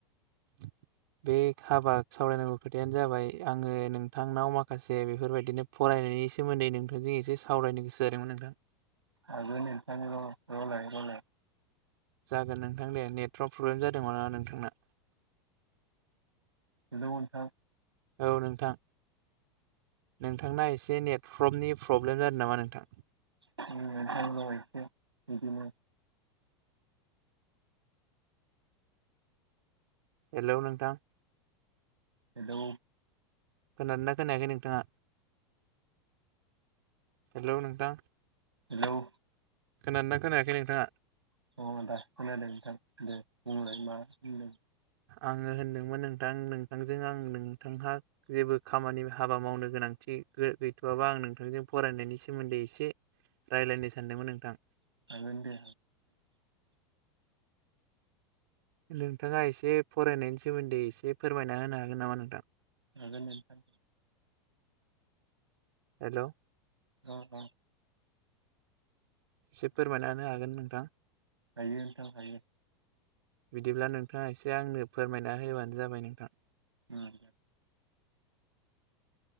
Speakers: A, on the right; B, on the right.
A: <inaudible> बे हाबा सावरायनांगौ खोथायानो जाबाय आङो नोंथांनाव माखासे बेफोरबायदिनो फराय नायनि सोमोन्दै नोंथांजों एसे सावरायनो गोसो जादोंमोन नोंथां
B: हागोनदे नोंथां र' र'लाय र'लाय
A: जागोन नोंथां दे नेटवार्क प्रब्लेम जादोंमोन नामा नोंथांना
B: हेलौ नोंथां
A: औ नोंथां नोंथांना एसे नेटवर्कनि प्रब्लेम जादों नामा नोंथां?
B: <unintelligible> बिदिनो
A: हेल' नोंथां
B: हेलौ
A: खोनादोना खोनायाखै नोंथाङा हेल' नोंथां
B: हेलौ
A: खोनादोना खोनायाखै नोंथाङा?
B: अ दा खोनादों नोंथां दे बुंलाय मा बुंदों?
A: आङो होनदोंमोन नोंथां नोंथांजों आं नोंथांहा जेबो खामानि हाबा मावनो गोनां थिग गैथ'वाबा आं नोंथांजों फरायनायनि सोमोन्दै इसे रायलायनो सानदोंमोन नोंथां
B: हागोनदे।
A: नोंथाङा एसे फरायनायनि सोमोन्दै इसे फोरमायना होनो हागोन नामा नोंथां?
B: हागोन नोंथां
A: हेल'
B: औ औ
A: इसे फोरमायना हागोन नोंथां?
B: हायो नोंथां हायो।
A: बिदिब्ला नोंथाङा एसे आंनो फोरमायना होबानो जाबाय नोंथां
B: ओम